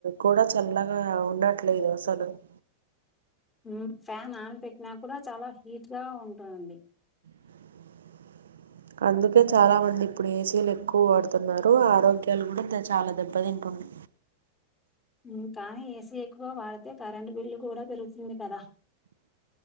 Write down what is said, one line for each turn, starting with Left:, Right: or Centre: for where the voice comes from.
Right: కూడా చల్లగా ఉండట్లేదు అసలు <inaudible>
Left: ఊమ్ ఫ్యాన్ ఆన్ పెట్టినా కూడా చాలా హీట్ గా ఉంటూంది
Right: <inaudible> అందుకే చాలా మంది ఇప్పుడు ఏసీలు ఎక్కువ వాడుతున్నారు ఆరోగ్యాలు కూడా దె చాలా దెబ్బ తింటు <inaudible>
Left: ఊ కానీ ఏసీ ఎక్కువ వాడితే కరెంట్ బిల్లు కూడా పెరుగుతుంది కదా